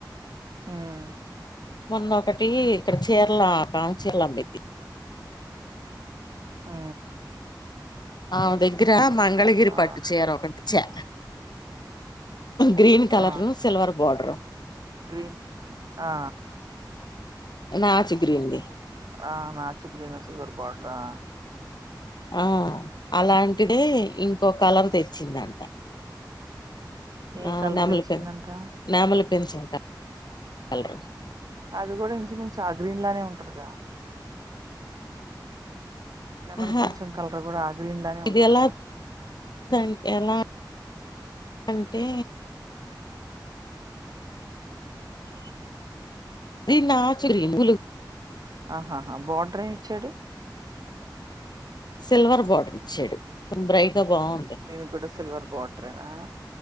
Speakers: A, on the right (about 55°); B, on the left (about 65°).
A: ఉమ్
B: మొన్నొకటి ఇక్కడ కేరళ బాగా చీరలు అమ్మిద్ది
A: ఆ
B: ఆమె దగ్గర మంగళగిరి
A: ఆ
B: పట్టు చీర ఒకటి ఇచ్చా గ్రీన్ కలరు
A: ఆ
B: సిల్వర్ బాడరు
A: గ్రీన్ ఆ
B: నాచు గ్రీన్ ది
A: ఆ నాచు గ్రీన్ సిల్వర్ బార్డరా
B: ఆ అలాంటిదే ఇంకో కలర్ తెచ్చిందంట
A: ఏ
B: ఆ
A: కలర్
B: నెమలి
A: తెచ్చిందంట
B: పెన్ నెమలి పించం కలరు
A: అది కూడా ఇంచు మించు ఆ గ్రీన్ లానే ఉంటదికా నెమలి
B: ఆహా
A: పించం కలర్ కూడా ఆ గ్రీన్ లానే
B: ఇదెలా
A: ఉంటదిగా
B: ఉంటదంటే అంటే
A: ఆ
B: అది నాచు గ్రీన్
A: ఆహాహా బార్డర్ ఏం ఇచ్చాడు
B: సిల్వర్ బార్డర్ ఇచ్చాడు కొంచం బ్రైట్ గా బాగుంది
A: దీనికి కూడా సిల్వర్ బార్డరేనా